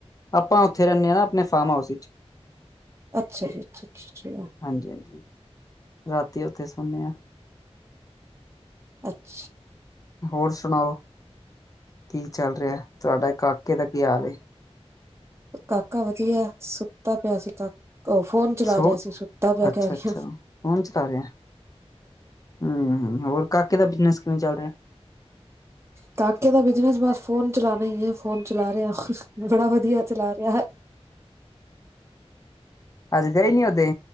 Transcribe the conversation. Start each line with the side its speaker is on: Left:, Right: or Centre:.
Left: ਆਪਾਂ ਉੱਥੇ ਰਹਿੰਨੇ ਹਾਂ ਨਾ ਨੇ ਫਾਮ ਹਾਊਸ ਵਿੱਚ।
Right: ਅੱਛਾ ਜੀ ਅੱਛਾ-ਅੱਛਾ, ਅੱਛਾ।
Left: ਹਾਂਜੀ ਹਾਂਜੀ ਰਾਤੀ ਉੱਥੇ ਸੋਨੇ ਆ।
Right: ਅੱਛ
Left: ਹੋਰ ਸੁਣਾਓ ਕੀ ਚੱਲ ਰਿਹਾ ਤੁਹਾਡਾ ਕਾਕੇ ਦਾ ਕੀ ਹਾਲ ਏ।
Right: ਕਾਕਾ ਵਧੀਆ ਸੁ ਸੁਤਾ ਪਿਆ ਸੀ ਕ ਉਹ ਫੋਨ ਚਲਾ
Left: ਸੋ
Right: ਰਿਹਾ ਸੀ ਸੁੱਤਾ ਪਿਆ
Left: ਅੱਛਾ
Right: ਕਹਿ ਰਹੀ
Left: ਅੱਛਾ
Right: ਆ।
Left: ਫੋਨ ਚਲਾ ਰਿਹਾ ਹਮ ਹੋਰ ਕਾਕੇ ਦਾ ਬਿਜਨਸ ਕਿਵੇਂ ਚੱਲ ਰਿਹਾ।
Right: ਕਾਕੇ ਦਾ ਬਿਜਨਸ ਬਸ ਫੋਨ ਚਲਾਉਣਾ ਹੀ ਹੈ ਫੋਨ ਚਲਾ ਰਿਹਾ। ਬੜਾ ਵਧੀਆ ਚਲਾ ਰਿਹਾ ਹੈ।
Left: ਅਜ ਗਏ ਨੀ ਹੋਦੇ